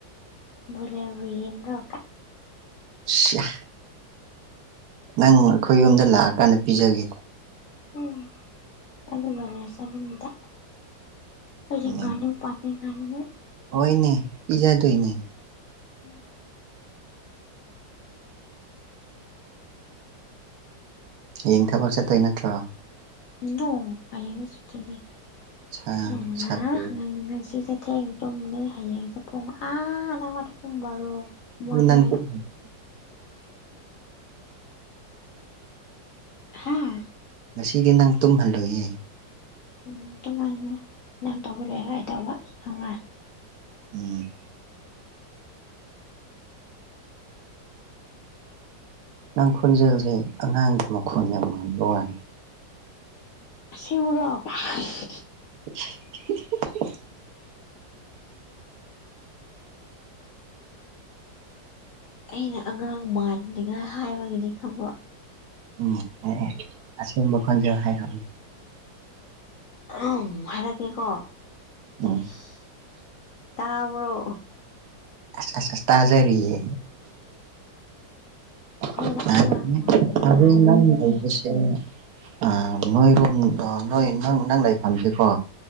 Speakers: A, on the left (about 80°); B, on the right (about 65°).
A: ꯕꯔꯣꯏꯂꯔ ꯕꯨ ꯌꯦꯟ ꯂꯣ
B: ꯁꯤꯌꯥ ꯅꯪ ꯑꯩꯈꯣꯏ ꯌꯨꯝꯗ ꯂꯥꯛꯑꯀꯥꯟꯗ ꯄꯤꯖꯒꯦ
A: ꯎꯝ ꯑꯩꯗꯤ ꯕꯔꯣꯏꯂꯥꯔ ꯆꯥꯅꯤꯡꯗꯦ ꯑꯩꯗꯤ
B: ꯎꯝ
A: ꯉꯅꯨ ꯄꯝꯃꯦ ꯉꯥꯅꯨ
B: ꯍꯣꯏꯅꯦ ꯄꯤꯖꯥꯗꯣꯏꯅꯦ
A: <unintelligible>
B: ꯍꯌꯦꯡ ꯊꯕꯛ ꯆꯠꯇꯣꯏ ꯅꯠꯇ꯭ꯔꯣ
A: ꯅꯣ ꯍꯌꯦꯡꯗꯤ ꯁꯨꯇꯤꯅꯦ
B: ꯁꯥ
A: <unintelligible>
B: ꯁꯥꯇ꯭ꯔꯗꯤ
A: ꯉꯁꯤꯗꯤ ꯊꯦꯡ ꯇꯨꯝꯅꯤ ꯍꯌꯦꯡꯁꯨ ꯄꯨꯡ ꯑꯥ <unintelligible> ꯄꯨꯡ ꯕꯥꯔꯣ ꯑꯃ ꯑꯗꯨꯋꯥꯏꯗ
B: ꯅꯪ <inaudible>
A: ꯍꯥꯥ
B: ꯉꯥꯁꯤꯗꯤ ꯅꯪ ꯇꯨꯝꯍꯜꯂꯣꯏꯌꯦ
A: ꯎꯝ ꯇꯨꯝꯍꯟꯅꯨ ꯅꯪ ꯇꯧꯕ ꯂꯣꯏ ꯑꯩ ꯇꯧꯕ ꯈꯪꯕꯔ
B: ꯎꯝ ꯅꯪ ꯈꯣꯟꯖꯦꯜꯁꯦ ꯑꯉꯥꯡꯒꯤ ꯃꯈꯣꯟ ꯌꯥꯝ ꯃꯥꯟꯕ ꯋꯥꯅꯤ
A: ꯑꯁꯦꯡꯕꯔꯣ <unintelligible>
B: <unintelligible>
A: ꯑꯩꯅ ꯑꯉꯥꯡ ꯃꯥꯟꯅꯤꯡꯉꯥꯏ ꯍꯥꯏꯕꯒꯤꯅꯤ ꯈꯪꯕ꯭ꯔꯣ
B: ꯎꯝ ꯑꯦ ꯑꯦ ꯑꯁꯦꯡꯕ ꯈꯣꯟꯖꯦꯜ ꯍꯥꯏꯔꯣ
A: ꯎ ꯍꯥꯏꯔꯛꯀꯦꯀꯣ ꯆꯦꯁ
B: ꯎꯝ
A: ꯇꯥꯕꯔꯣ
B: ꯑꯥꯁ ꯑꯁ ꯑꯁ ꯇꯥꯖꯔꯤꯌꯦ <unintelligible>
A: ꯑꯩꯅ ꯑꯉꯥꯡ ꯃꯥꯟꯅꯤꯡꯉꯥꯏ ꯍꯥꯏꯕꯒꯤꯅꯦ
B: ꯑ ꯅꯣꯏꯔꯨꯝꯗꯣ ꯅꯣꯏ ꯅꯪ ꯅꯪ ꯂꯥꯏꯐꯝꯁꯤꯀꯣ